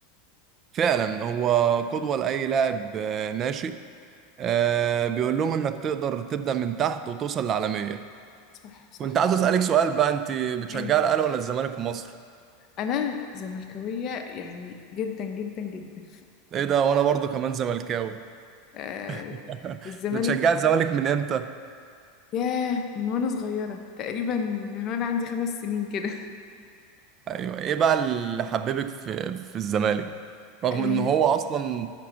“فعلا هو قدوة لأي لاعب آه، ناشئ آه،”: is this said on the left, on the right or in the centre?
Right